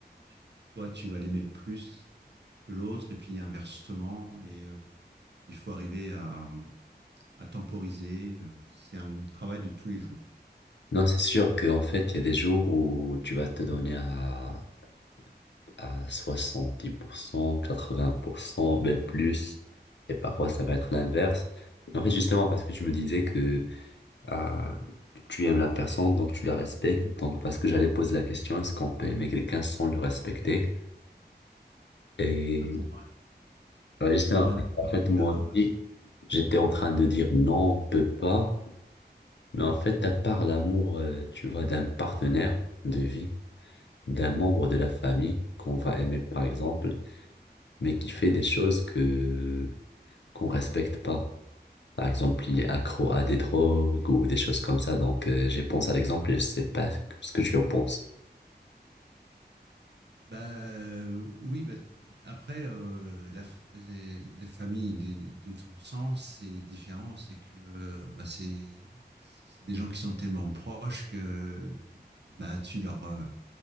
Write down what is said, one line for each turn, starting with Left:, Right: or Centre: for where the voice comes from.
Right: tu- toi, tu vas l'aimer plus que l'autre, et puis inversement. Et euh, il faut arriver à, à temporiser. euh, C'est un travail de tous les jours.
Left: Non, c'est sûr qu'en fait, il y a des jours où tu vas te donner à, à soixante dix pour cent quatre-vingts pour cent même plus. Et parfois, ça va être l'inverse. En fait, justement, parce que tu me disais que ah, tu aimes la personne, donc tu la respectes. Donc, parce que j'allais poser la question, est-ce qu'on peut aimer quelqu'un sans le respecter? Et
Right: Ah, pour moi,
Left: Ouais, J'étais
Right: pour
Left: en
Right: moi, non,
Left: en fait, moi
Right: c'est impossible.
Left: aussi, j'étais en train de dire non, on peut pas. Mais en fait, à part l'amour, euh, tu vois, d'un partenaire de vie, d'un membre de la famille qu'on va aimer, par exemple, mais qui fait des choses que qu'on respecte pas. Par exemple, il est accro à des drogues ou des choses comme ça. Donc, euh, j'ai pensé à l'exemple et je sais pas ce que tu en penses.
Right: Bah euh, oui, bah, après, euh, la f- les, les familles des- de ton sang, c'est différent. C'est que euh, bah, c'est c'est des gens qui sont tellement proches que bah, tu leur. euh,